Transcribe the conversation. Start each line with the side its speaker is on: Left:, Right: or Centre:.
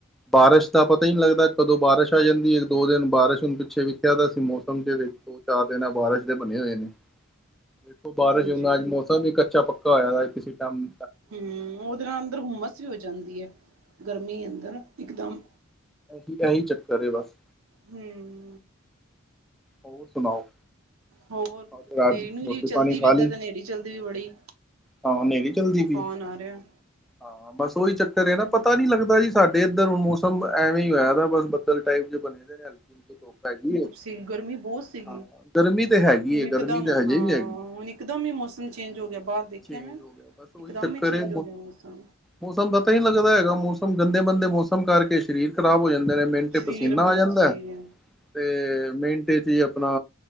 Centre: ਬਾਰਿਸ਼ ਦਾ ਪਤਾ ਹੀ ਨੀ ਲੱਗਦਾ ਕਦੋਂ ਬਾਰਿਸ਼ ਆ ਜਾਂਦੀ ਇੱਕ ਦੋ ਦਿਨ ਬਾਰਿਸ਼ ਹੁਣ ਪਿੱਛੇ ਵੀ ਲਿਖਿਆ ਤਾਂ ਸੀ ਮੌਸਮ ਦੇ ਵਿੱਚ ਦੋ ਚਾਰ ਦਿਨ ਬਾਰਿਸ਼ ਦੇ ਬਣੇ ਹੋਏ ਨੇ। ਦੇਖੋ ਬਾਰਿਸ਼
Right: ਹਾਂਜੀ
Centre: ਹਨਾ ਅੱਜ ਮੌਸਮ ਵੀ ਕੱਚਾ ਪੱਕਾ ਹੋਇਆ ਕਿਸੇ ਟਮ।
Right: ਹਮ ਉਹਦੇ ਨਾਲ ਅੰਦਰ ਹੁੰਮਸ ਵੀ ਹੋ ਜਾਂਦੀ ਹੈ। ਗਰਮੀ ਅੰਦਰ ਇੱਕਦਮ।
Centre: ਇ ਇਹੀ ਚੱਕਰ ਬਸ।
Right: ਹਮ <unintelligible>
Centre: ਹੋਰ ਸੁਣਾਓ।
Right: ਹੋਰ
Centre: ਅੱਜ ਰਾਤ
Right: ਹਨੇਰੀ ਨੂੰ
Centre: ਰੋਟੀ
Right: ਚੱਲਦੀ
Centre: ਪਾਣੀ ਖਾ
Right: ਵੀ ਇੱਧਰ
Centre: ਲਈ
Right: ਤੇ ਹਨੇਰੀ ਚੱਲਦੀ ਵੀ ਬੜੀ।
Centre: ਹਾਂ ਹਨੇਰੀ ਚੱਲਦੀ
Right: ਤੂਫਾਨ
Centre: ਪਈ
Right: ਆ ਰਿਹਾ।
Centre: ਹਾਂ ਬਸ ਉਹੀ ਚੱਕਰ ਹੈ ਨਾ ਪਤਾ ਨੀ ਲੱਗਦਾ ਜੀ ਸਾਡੇ ਇੱਧਰ ਮੌਸਮ ਐਵੇਂ ਹੀ ਹੋਇਆ ਬਸ ਬੱਦਲ। ਟਾਈਪ ਜ ਬਣੇ ਧੁਪ ਹੈਗੀ ਹੈ।
Right: ਅਤੇ ਗਰਮੀ ਬਹੁਤ। ਸੀ
Centre: ਹਾਂ ਗਰਮੀ ਤੇ ਹੈਗੀ
Right: ਹੁਣ
Centre: ਹੈ
Right: ਇਕਦਮ
Centre: ਗਰਮੀ ਤੇ ਹਜੇ
Right: ਹਾਂ
Centre: ਵੀ ਹੈਗੀ
Right: ਹੁਣ ਇਕਦਮ ਹੀ ਮੌਸਮ ਚੇਂਜ ਹੋ ਗਿਆ। ਬਾਹਰ ਦੇਖਿਆ
Centre: ਚੇਂਜ
Right: ਮੈਂ।
Centre: ਹੋ ਗਿਆ ਬਸ ਉਹੀ
Right: ਇਕਦਮ
Centre: ਚੱਕਰ
Right: ਹੀ ਚੇਂਜ
Centre: ਹੈ
Right: ਹੋ ਗਿਆ ਮੌਸਮ।
Centre: ਮੌਸਮ ਤਾਂ ਤਾਂ ਹੀ ਲੱਗਦਾ ਹੈਗਾ ਮੌਸਮ ਗੰਦੇ ਮੰਦੇ ਮੌਸਮ ਕਰਕੇ ਸਰੀਰ। ਖਰਾਬ ਹੋ ਜਾਂਦੇ ਨੇ ਮਿੰਟੇ
Right: ਸਰੀਰ
Centre: ਪਸੀਨਾ
Right: ਹਾਂਜੀ
Centre: ਆ ਜਾਂਦਾ। ਤੇ ਮਿੰਟੇ ਚ ਹੀ ਆਪਣਾ।